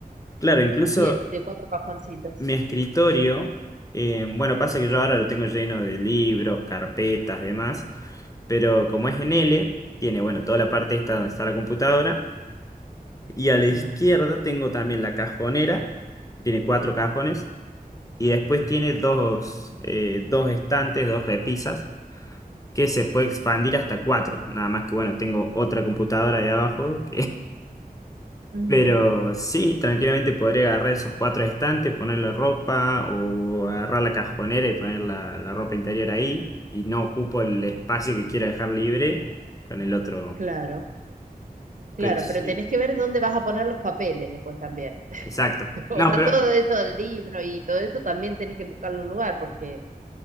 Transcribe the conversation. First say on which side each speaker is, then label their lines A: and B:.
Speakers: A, on the left; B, on the right.
A: claro, incluso...
B: así de, de cuatro cajoncitos.
A: Mi escritorio, eh, bueno, pasa que yo ahora lo tengo lleno de libros, carpetas, demás, pero como es en L, tiene, bueno, toda la parte esta donde está la computadora, y a la
B: Sí.
A: izquierda tengo también la cajonera, tiene cuatro cajones, y después tiene dos, eh, dos estantes, dos repisas, que se puede expandir hasta cuatro, nada más que, bueno, tengo otra computadora de abajo,
B: Ujú,
A: Pero sí, tranquilamente podría agarrar esos cuatro estantes, ponerle ropa o agarrar la cajonera y poner la, la ropa interior ahí y no ocupo el espacio que quiero dejar libre con el otro.
B: Claro. Claro,
A: Pero sí,
B: pero tenés que ver dónde vas a poner los papeles después también. <laughs>
A: exacto.
B: O
A: No,
B: sea,
A: pero
B: todo eso del libro y todo eso también tenés que buscarle un lugar porque